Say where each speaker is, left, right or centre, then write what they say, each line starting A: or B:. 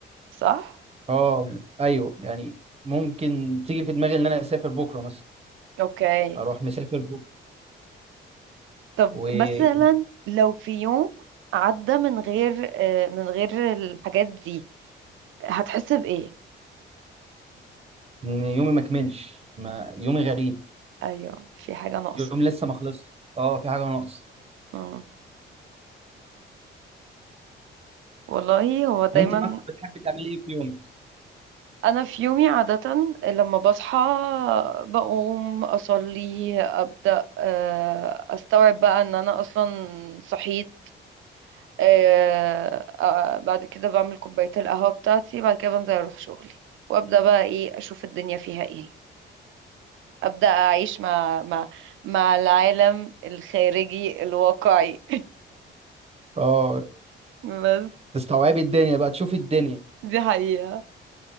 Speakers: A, on the right; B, on the right.
A: صح
B: اه أيوه يعني ممكن تيجي في دماغي إن أنا أسافر بكرة مثلا
A: اوكي
B: أروح مسافر بكرة
A: طب
B: وإن
A: مثلا لو في يوم عدى من غير آه، من غير الحاجات دي هتحس بايه
B: يومي ما كملش ما يومي غريب
A: ايوه في حاجة ناقصة
B: يومي لسه ما خلصش اه في حاجة ناقص
A: مم. والله هو دايما
B: أنت مثلا بتحبي تعملي إيه في يومك؟
A: انا في يومي عادة لما بصحى بقوم اصلي ابدا آه، استوعب بقى ان انا اصلا صحيت آه، آه، بعد كده بعمل كوباية القهوة بتاعتي بعد كده بنزل اروح شغلي وابدا بقى ايه اشوف الدنيا فيها ايه ابدا اعيش مع مع مع العالم الخارجي الواقعي
B: اه
A: <laughs> بس
B: تستوعبي الدنيا بقى تشوفي الدنيا
A: دي حقيقة